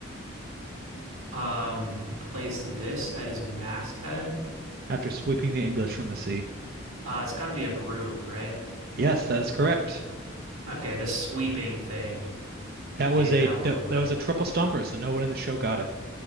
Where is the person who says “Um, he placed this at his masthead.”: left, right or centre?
Right